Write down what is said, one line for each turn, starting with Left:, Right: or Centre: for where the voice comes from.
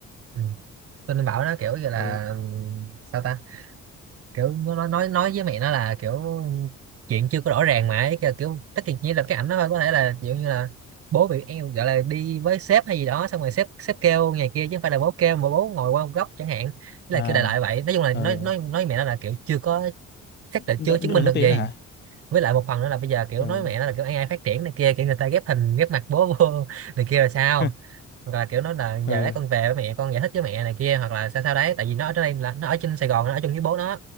Right: ừ. tôi nên bảo nó kiểu như là
Left: ừ
Right: ừ, sao ta kiểu nó nói nói với mẹ nó là kiểu chuyện chưa có rõ ràng mà ấy, kiểu, kiểu tất cả chỉ là cái ảnh nó thôi có thể là kiểu như là bố bị em gọi là đi với sếp hay gì đó xong rồi sếp sếp kêu ngày kia chứ không phải là bố kêu mà bố ngồi qua một góc chẳng hạn Thế
Left: à
Right: là kiểu đại loại vậy nói chung là
Left: ờ
Right: nói nói nói với mẹ nó là kiểu chưa có chắc là
Left: đừng,
Right: chưa chứng minh
Left: đừng
Right: được
Left: có tiến
Right: gì
Left: hả
Right: với lại một phần nữa là bây giờ kiểu
Left: ừ
Right: nói với mẹ nó là kiểu AI phát triển này kia kiểu người ta ghép hình ghép mặt bố vô <laughs> này kia là sao
Left: <laughs>
Right: hoặc là kiểu nó là
Left: ừ
Right: giờ đấy con về với mẹ con giải thích với mẹ này kia hoặc là sao sao đấy tại vì nó ở đây là nó ở trên Sài Gòn nó ở chung với bố nó